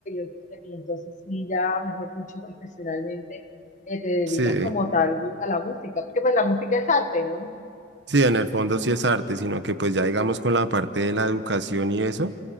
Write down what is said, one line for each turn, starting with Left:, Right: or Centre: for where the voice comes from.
Left: ok. Y entonces sí, ya, mejor dicho, profesionalmente, eh, te dedicas
Right: Sí,
Left: como tal a la música, porque pues la música es arte, ¿no?
Right: sí, en el fondo sí es arte, sino que pues ya digamos con la parte de la educación y eso.